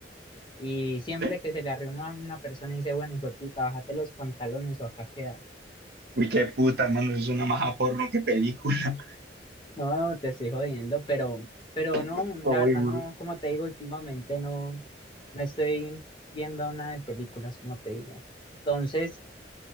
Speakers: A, on the left; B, on the right.
A: Y siempre
B: ¿Sí?
A: que se le arrima una persona y dice, bueno, hijo de puta, bájate los pantalones o acá quedas.
B: Uy, qué puta, hermano, es una maja porno, qué película.
A: No, te estoy jodiendo, pero, pero no,
B: <laughs>
A: la
B: Uy,
A: verdad
B: güey.
A: no, como te digo, últimamente no, no estoy viendo nada de películas, como te digo. Entonces,